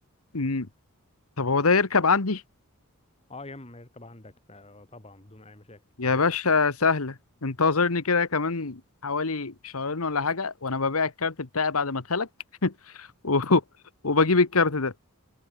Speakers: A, on the left (about 80°); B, on the left (about 30°).
A: مم. طب هو ده يركب عندي
B: اه يا اما يركب عندك ط- طبعا بدون اي مشاكل
A: يا باشا سهله انتظرني كده كمان حوالي شهرين ولا حاجه وانا ببيع الكارت بتاعي بعد ما اتهلك <laughs> و... <laughs> وبجيب الكارت ده